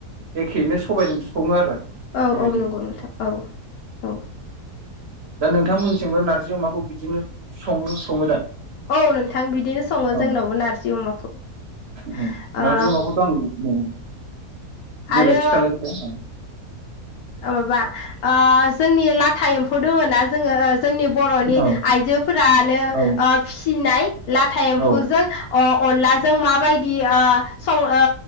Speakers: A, on the right; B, on the left.
A: एखेयैनो सबायजों सङो आरो।
B: औ
A: बेबायदि
B: औ नंगौ नोंथां औ औ।
A: दा नोंथांमोनथिंबो नारजि अमाखौ बिदिनो सङो सङो दा।
B: औ नोंथां बिदिनो सङो
A: औ
B: जोंनाव। नारजि अमाखौ ओ।
A: औ नारजि अमाखौथ' आं देलाय
B: आरो
A: खिथालाय एसे
B: ओ माबा ओ जोंनि लाथा एम्फौ दङ ना जोङो। जोंनि बर'नि
A: औ
B: आइजोफोरानो
A: औ
B: ओ फिसिनाय लाथा एम्फौजों
A: औ
B: अ अनलाजों। जों माबायदि ओ। सं ओ